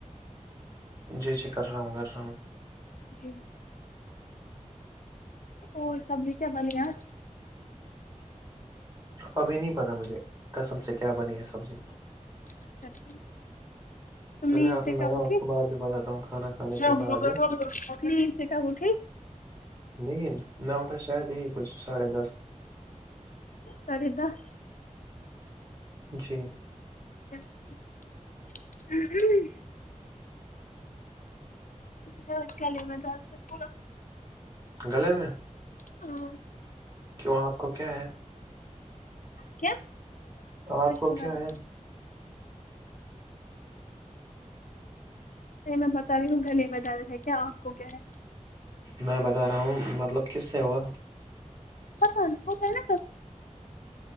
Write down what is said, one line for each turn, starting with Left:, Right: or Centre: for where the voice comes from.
Right: جی جی کر رہا ہوں کر رہا ہوں
Left: جی اور سبز کیا بنیا
Right: ابھی نہیں پتا مجھے کسم سے کیا بنی ہے سبزی
Left: اچھاٹھ تو
Right: چلے آپ
Left: تھے
Right: نے میں
Left: کابو
Right: نا آپ
Left: تھی
Right: کو بعد میں بتاتا ہوں کھانا کھانے
Left: جی
Right: کے بعد
Left: س کا مکھی
Right: نہیں میں اٹھا شاید یہی کچھ ساڑھے دس
Left: ساڑھے دس
Right: جی
Left: <unintelligible> ج ا کیالی میں چل تو تھوڑا
Right: گلے میں
Left: ہاں
Right: کیوں آپ کو کیا ہے
Left: ج
Right: آپ کو
Left: تھوڑا
Right: کیا
Left: د
Right: ہے
Left: س میں بتا رہی ہوں گلی میں جانے سے کیا آپ کو کیا ہے
Right: میں بتا رہا ہوں مطلب کس سے ہوا
Left: پتا نہیں ہوتا ہے نا سب